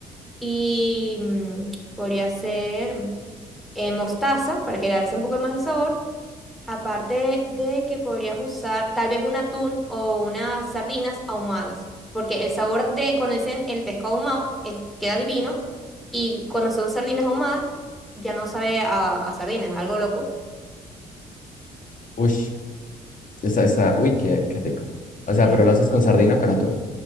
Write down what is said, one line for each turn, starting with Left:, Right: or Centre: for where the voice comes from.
Centre: y mm, podría ser mm, eh, mostaza para que le alce un poco más el sabor Aparte de que podrías usar tal vez un atún o unas sardinas ahumadas, porque el sabor de cuando dicen el pescado ahumado es- queda divino y cuando son sardinas ahumadas ya no sabe a, a sardinas, es algo loco.
Left: Ush, esa, esa, uy, qué, qué rico. O sea,
Centre: Sí.
Left: pero lo haces con sardina o con atún.